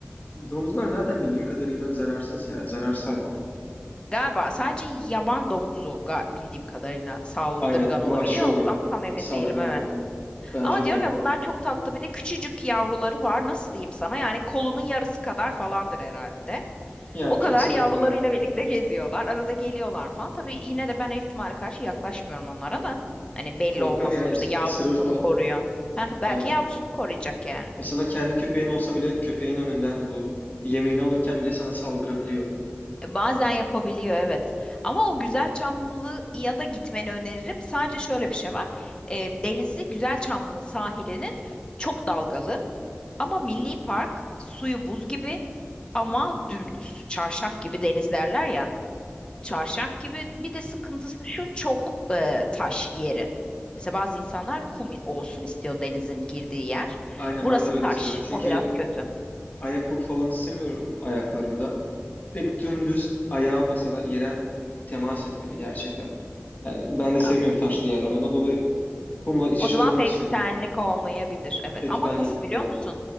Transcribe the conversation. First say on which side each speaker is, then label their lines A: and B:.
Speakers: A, on the left (about 40°); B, on the left (about 20°).
A: Domuzlar zaten bildiğim kadarıyla zararsız ya. Zararsız hayvan.
B: Galiba sadece yaban domuzu ga- bildiğim kadarıyla saldırgan
A: Aynen vahşi
B: olabiliyor
A: oluyor.
B: ama tam emin
A: Saldırgan
B: değilim evet.
A: oluyor. Bence
B: Ama diyorum
A: de öyle.
B: ya bunlar çok tatlı bir de küçücük yavruları var. Nasıl diyeyim sana? Yani kolunun yarısı kadar falandır herhalde.
A: Ya
B: O
A: çok
B: kadar
A: sevimli
B: yavrularıyla
A: ya.
B: birlikte geziyorlar. Arada geliyorlar falan. Tabii yine de ben her ihtimale karşı yaklaşmıyorum onlara da. Hani belli
A: Korkar
B: olmaz
A: ya
B: sonuçta
A: insan.
B: yavrusunu
A: Isırır falan.
B: koruyor. Heh, belki
A: Aynen.
B: yavrusunu koruyacak yani.
A: Mesela kendi köpeğin olsa bile köpeğin önünden bu yemeğini alırken bile sana saldırabiliyor.
B: E, Bazen yapabiliyor evet. Ama o güzel çamlı ya da gitmeni öneririm. Sadece şöyle bir şey var. E, denizi güzel Çamlı'nın sahilinin çok dalgalı. Ama Milli Park suyu buz gibi ama dümdüz. Çarşaf gibi deniz derler ya. çarşaf gibi. Bir de sıkıntısı şu çok e, taş yeri. Mesela bazı insanlar kum olsun istiyor denizin girdiği yer.
A: Aynen
B: Burası
A: ben de öyle
B: taş.
A: seviyorum. Çünkü
B: O biraz kötü.
A: ayakkabı falan istemiyorum ayaklarımda. Direkt
B: Hı hı.
A: dümdüz ayağım mesela yere temas etmeli gerçekten. Yani ben de sevmiyorum
B: A-
A: taşlı yerler. Ondan dolayı kumla iç
B: O
A: içe
B: zaman
A: olmak
B: pek
A: istiyorum.
B: senlik olmayabilir. Evet.
A: Pek
B: Ama
A: benlik
B: nasıl biliyor
A: değil ya.
B: musun?